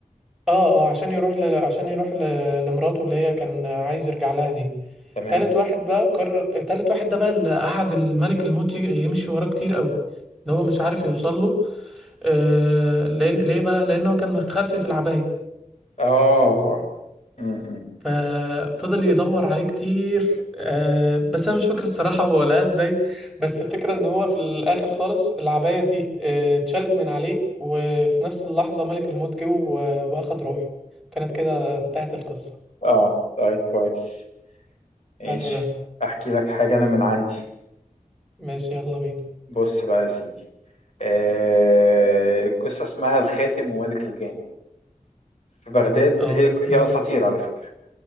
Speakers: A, in the centre; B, on the left (about 55°).
A: اه اه عشان يروح ل... عشان يروح ل... لمراته اللي هي كان عايز يرجع لها دي
B: تمام
A: تالت واحد بقى قرر تالت واحد ده بقى اللي قعد الملك الموت ي- يمشي وراه كتير قوي اللي هو مش عارف يوصل له آه... لأن... ليه بقى لانه كان متخفي في العباية
B: اه م-م.
A: ففضل يدور عليه كتير آه، بس انا مش فاكر الصراحه هو لقاه ازاي بس الفكره ان هو في الاخر خالص العبايه دي آه، اتشالت من عليه وفي نفس اللحظه ملك الموت جه و- واخد روحه كانت كده انتهت القصه
B: اه طيب كويس ماشي
A: حلو ده
B: احكي لك حاجة انا من عندي
A: ماشي يلا بينا
B: بص بقى يا سيدي آه... القصة اسمها الخاتم وملك الجان في بغداد
A: اه
B: هي
A: ماشي
B: هي اساطير على فكرة